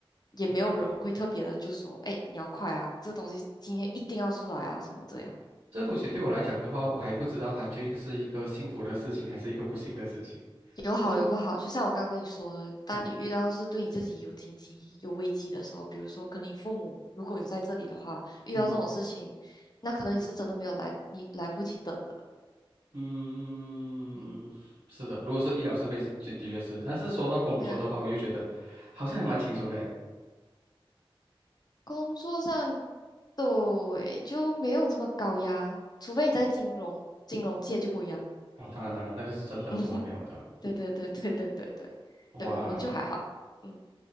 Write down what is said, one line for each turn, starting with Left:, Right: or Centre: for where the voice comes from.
Left: 也没有人会特别的就说，
Right: 嗯，
Left: 哎，你要快啊，这东西今天一定要出来啊，什么这样。
Right: 这个东西对我来讲的话，我还不知道它究竟是一个幸福的事情还是一个不幸的事情。
Left: 有好有不好，
Right: 但是，
Left: 就像我刚跟你说的，当你遇到是对你自己有紧急、
Right: 嗯
Left: 有危机的时候，比如说可能你父母如果有在这里的话，遇到这种事情，
Right: 嗯
Left: 那可能你是真的没有来，你来不及等的。
Right: 嗯，
Left: 嗯，
Right: 是的，如果是医疗设备是，就的确是。但是说到工作的话，
Left: 对啊。
Right: 我又觉得好像还蛮轻松的耶。
Left: 工作上，对，就没有这么高压，除非你在金融金融界就不一样。<laughs>
Right: 啊、当然当然，那个是争分夺秒的。
Left: 嗯哼，对对对对对对对，
Right: 哇，
Left: 对我们就还好，嗯，